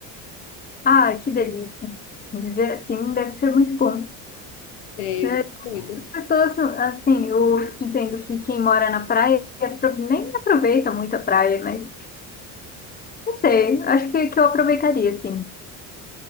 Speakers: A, on the left; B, on the left.
A: Ah, que delícia. Viver assim deve ser muito bom.
B: É,
A: né?
B: eu gosto muito.
A: As pessoas, assim, eu dizendo que quem mora na praia apro- nem aproveita muito a praia, mas não sei, acho que, que eu aproveitaria, sim.